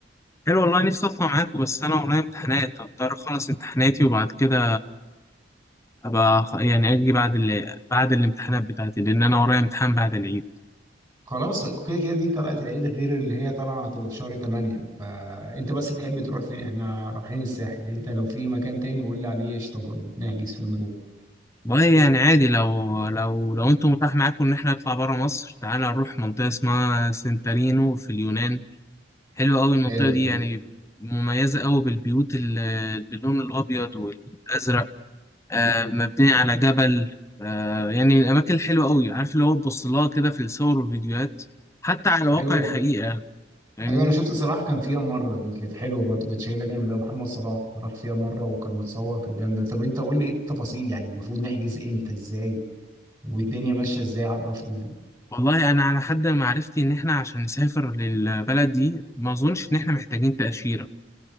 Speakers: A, on the left; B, on the right.
A: حلو والله نفسي اطلع معاك بس انا ورايا امتحانات هضطر اخلص امتحاناتي وبعد كده ابقى خ- يعني اجي بعد ال... بعد الامتحانات بتاعتي لان انا ورايا امتحان بعد العيد
B: خلاص كده كده دي طلعة العيد غير اللي هي طالعة هتبقى في شهر 8 فانت بس تحب تروح فين احنا رايحين الساحل انت لو في مكان تاني قول لي عليه قشطة برضو نحجز فيه ونروح
A: والله يعني عادي لو لو لو انتم متاح معاكم ان احنا نطلع بره مصر تعالى نروح منطقه اسمها سنتارينو في اليونان حلوه قوي المنطقه
B: حلوة
A: دي
B: دي
A: يعني مميزه قوي بالبيوت ال- باللون الابيض والازرق آه، مبنية على جبل آه، يعني الأماكن الحلوة أوي عارف اللي هو تبص لها كده في الصور والفيديوهات حتى على واقع
B: ايوه
A: الحقيقة فاهمني
B: ايوه انا شفت صلاح كان فيها مره دي كانت حلوه برضه كانت شكلها جامد قوي محمد صلاح راح فيها مره وكان متصور كانت جامده طب انت قول لي ايه التفاصيل يعني المفروض نحجز امتى ازاي والدنيا ماشيه ازاي عرفني يعني
A: والله أنا على حد معرفتي إن إحنا عشان نسافر للبلد دي ما أظنش إن إحنا محتاجين تأشيرة